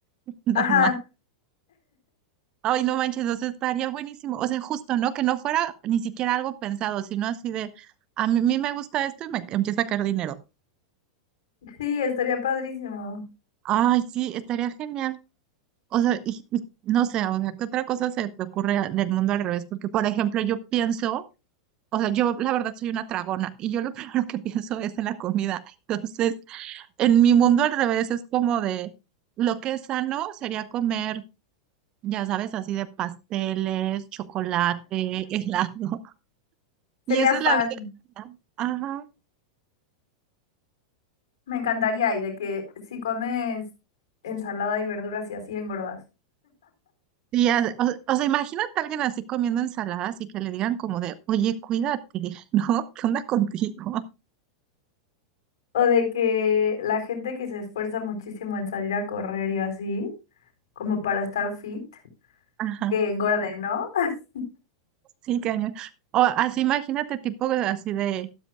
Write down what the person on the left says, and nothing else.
Ajá.
Sí, estaría padrísimo.
Sería
fan.
Me encantaría. Y de que si comes ensalada y verduras y así engordas.
O de que la gente que se esfuerza muchísimo en salir a correr y así, como para estar fit,
que engorde, ¿no? <laughs>